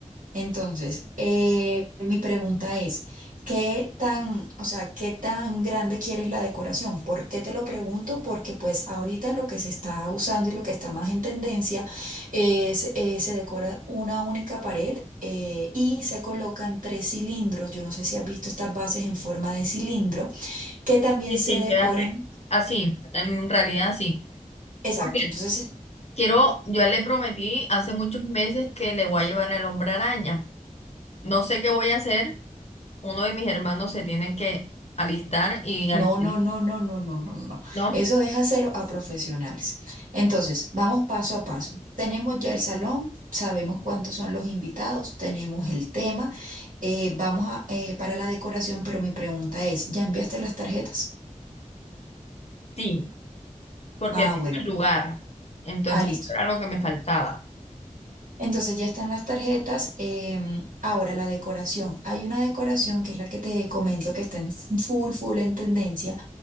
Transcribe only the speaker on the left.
sí,
sí,
queda re- así, en realidad sí.
Porque
quiero, yo le prometí hace muchos meses que le voy a llevar al hombre araña. No sé qué voy a hacer. Uno de mis hermanos se tiene que alistar y alquilar,
¿no?
Sí, porque
tengo
el
lugar. Entonces,
esto era lo que me faltaba.